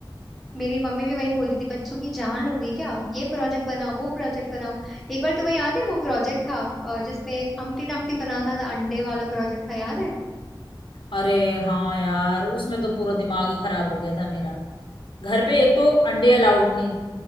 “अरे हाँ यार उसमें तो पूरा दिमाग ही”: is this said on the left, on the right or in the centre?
Left